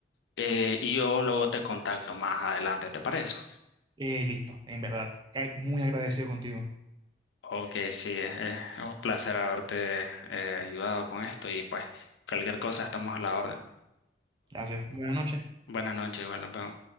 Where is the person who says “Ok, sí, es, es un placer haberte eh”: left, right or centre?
Left